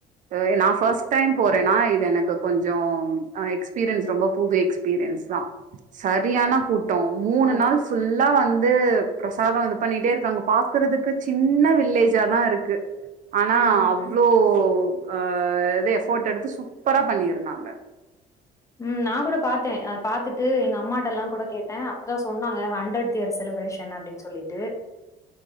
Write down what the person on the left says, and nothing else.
ஓ
ம்
ம் நா கூட பாத்தே ஆ பாத்துட்டு எங்க அம்மாட்ட எல்லா கூட கேட்ட அப்பதா சொன்னாங்க ஹண்டரட் த்து இயர் செலப்ரேஷன் அப்டின் சொல்லிட்டு